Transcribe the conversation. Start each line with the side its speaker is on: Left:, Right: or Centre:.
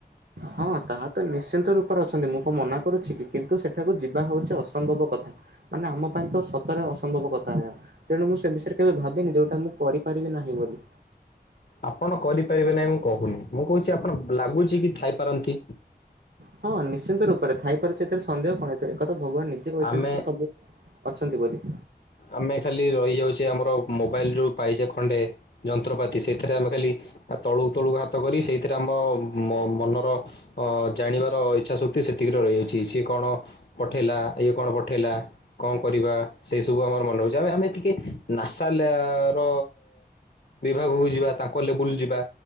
Right: ହଁ ତାହା ତ ନିଶ୍ଚିନ୍ତ ରୂପରେ ଅଛନ୍ତି ମୁଁ କଣ ମନା କରୁଛି କି? କିନ୍ତୁ ସେଠାକୁ ଯିବା ହଉଛି ଅସମ୍ଭବ କଥା, ମାନେ ଆମ ପାଇଁ ତ ସତରେ ଅସମ୍ଭବ କଥା ଏହା, ତେଣୁ ମୁଁ ସେ ବିଷୟରେ କେବେ ଭାବିନି ଯୋଉଟା ମୁଁ କରିପାରିବି ନାହିଁ ବୋଲି।
Left: ଆପଣ କରିପାରିବେ ନାଇଁ ମୁଁ କହୁନି। ମୁଁ କହୁଛି ଆପଣ ଲାଗୁଛି କି ଥାଇପାରନ୍ତି?
Right: ହଁ ନିଶ୍ ନିଶ୍ଚିନ୍ତ ରୂପରେ ଥାଇପାରୁଛି ଏଥିରେ ସନ୍ଦେହ କଣ ଏଇଟା? ଏକ <inaudible> ଭଗବାନ ନିଜେ କହିଛନ୍ତି
Left: ଆମେ
Right: କି ସବୁ। ଅଛନ୍ତି ବୋଲି।
Left: ଆମେ ଖାଲି ରହିଯାଉଛେ ଆମର ମୋବାଇଲ ଯୋଉ ପାଇଛେ ଖଣ୍ଡେ, ଯନ୍ତ୍ରପାତି ସେଇଥିରେ ଆମେ ଖାଲି ତଳୁକୁ ତଳୁକୁ ହାତ କରି ସେଇଥିରେ ଆମ ମ ମନର ଜାଣିବାର ଇଚ୍ଛା ଶକ୍ତି ସେତିକିରେ ରହିଯାଉଛି ସିଏ କଣ ପଠେଇଲା ଇଏ କଣ ପଠେଇଲା। କଣ କରିବା ସେଇସ୍ କଣ ମନେ ହେଉଛି ଆମେ ଆମେ ଟିକେ ନାସା ର ବିଭାଗକୁ ଯିବା ତାଙ୍କ ଲେବୁଲ ଯିବା